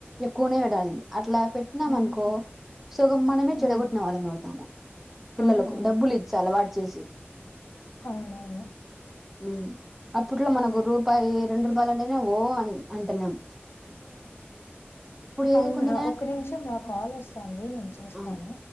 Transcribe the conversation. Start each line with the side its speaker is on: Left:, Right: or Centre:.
Centre: ఎక్కునే <unintelligible> అట్లా పెట్టినామ
Left: అవును
Centre: అనుకో సుగం మనమే
Left: హ్మ్
Centre: చెడగొట్టిన వాళ్ళం అవుతాము పిల్లలకు
Left: అవునవును
Centre: డబ్బులు ఇచి అలవాటు చేసి
Left: అవునవును
Centre: హమ్ అప్పుట్లో మనకు
Left: అలా
Centre: రూపాయి రెండు రూపాయలు అంటేనే ఓ అ అంటున్నాము ఏదికుంటేనే
Left: అవును రా ఒక నిమిషం రా కాల్ వస్తుంది నేను చేస్తాను
Centre: ఆ